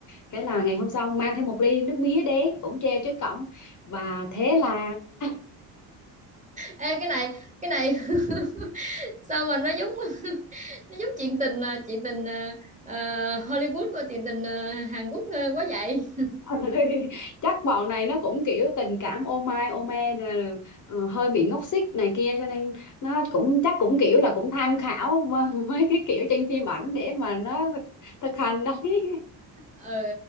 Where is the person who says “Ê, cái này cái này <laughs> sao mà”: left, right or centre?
Right